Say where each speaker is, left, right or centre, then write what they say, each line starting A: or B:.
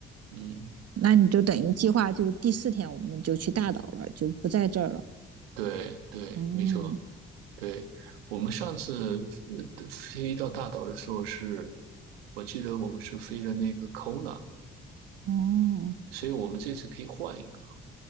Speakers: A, on the right (about 80°); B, on the right (about 55°).
A: 嗯，
B: 那你就等于计划就第四天我们就去大岛了，就不在这儿了。
A: 对对，
B: 哦
A: 没错，对。我们上次呃飞到大岛的时候是，我记得我们是飞的那个 Kona，
B: 哦
A: 所以我们这次可以换一个，